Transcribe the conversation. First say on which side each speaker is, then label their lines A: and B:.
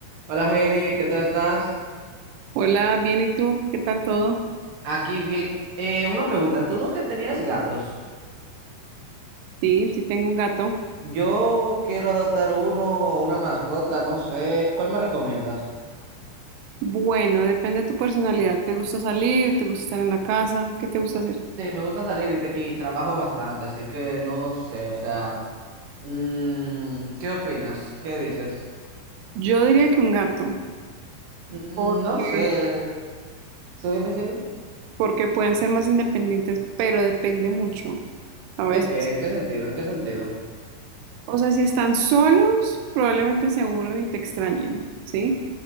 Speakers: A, on the right (about 55°); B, on the right (about 85°).
A: Hola Heidi, ¿qué tal estás?
B: Hola, bien, ¿y tú? ¿Qué tal todo?
A: Aquí bien. Eh, una pregunta, ¿tú no que tenías gatos?
B: Sí, sí tengo un gato.
A: Yo quiero adoptar uno o una mascota, no sé. ¿Cuál me recomiendas?
B: Bueno, depende de tu personalidad. ¿Te gusta salir? ¿Te gusta estar en la casa? ¿Qué te gusta hacer?
A: Sí, me gusta salir y, te- y trabajo bastante, así que no sé, o sea, mm, ¿qué opinas? ¿Qué dices?
B: Yo diría que un gato,
A: Mm,
B: porque,
A: no sé. Sí, dime, dime.
B: porque pueden ser más independientes, pero depende mucho a
A: ¿De
B: veces.
A: qué? ¿En qué sentido? ¿En qué sentido?
B: O sea, si están solos, probablemente se aburran y te extrañen, ¿sí?